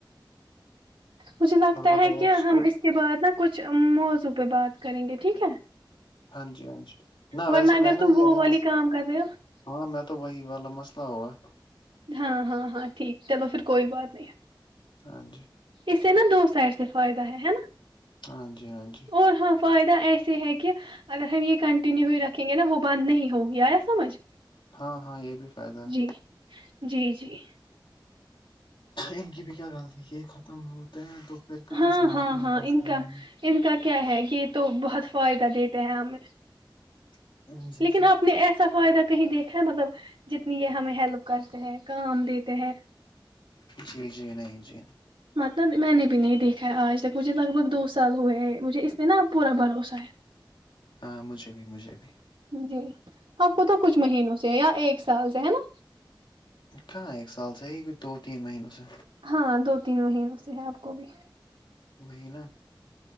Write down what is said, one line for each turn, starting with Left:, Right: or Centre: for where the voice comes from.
Right: مجھے لگتا
Left: اور
Right: ہے
Left: بتائیے
Right: کہ
Left: آپ اسکول
Right: ہم اس کے بعد نہ کچھ موضوع پہ بات کریں گے ٹھیک ہے
Left: ہاں جی ہاں جی نہ
Right: ورنہ
Left: ویسے
Right: اگر
Left: میں نہ
Right: تم
Left: یہ
Right: وہ
Left: یہاں
Right: والی
Left: سے
Right: کام کر رہے ہو
Left: ہاں میں تو وہی والا مسئلہ ہوگا
Right: ہاں ہاں ہاں ٹھیک چلو پھر کوئی بات نہیں
Left: ہاں جی
Right: اسے نہ دو سائڈ سے فائد ہے ہے نہ
Left: ہاں جی ہاں جی
Right: اور ہاں فائدہ ایسے ہے کہ اگر ہم یہ کنٹینیو ہی رکھیں گے نہ وہ بند نہیں ہوگیا آیا سمجھ
Left: ہاں ہاں یہ بھی فائدہ ہے
Right: جی جی جی
Left: ان کی بھی کیا غلطی ایک ہو ختم ہوتے ہیں تو پھر کہاں
Right: ہاں
Left: سے وارک
Right: ہاں
Left: نہیں
Right: ہاں
Left: ڈچ
Right: ان
Left: پائیں
Right: کا
Left: گے
Right: ان کا کیا ہے یہ تو بہت فائدہ دیتے ہیں ہمیں
Left: گے جی
Right: لیکن
Left: جی
Right: آپ نے ایسا فائدہ کہیں دیکھا ہے مطلب جتنی یہ ہمیں ہیلپ کرتے ہیں کام دیتے ہیں
Left: جی جی نہیں جی
Right: مطلب میں نے بھی نہیں دیکھا ہے آج تک مجھے لگ بھگ دو سال ہوئے ہیں مجھے اس میں نہ پورا بھروسہ ہے
Left: ہاں مجھے بھی مجھے بھی
Right: جی آپ کو تو کچھ مہینوں سے یہ ایک سال سے ہے نہ
Left: کہاں ایک سال سے یہی کوئی دو تین مہینوں سے
Right: ہاں دو تین مہینوں سے ہے آپ کو بھی
Left: وہی نہ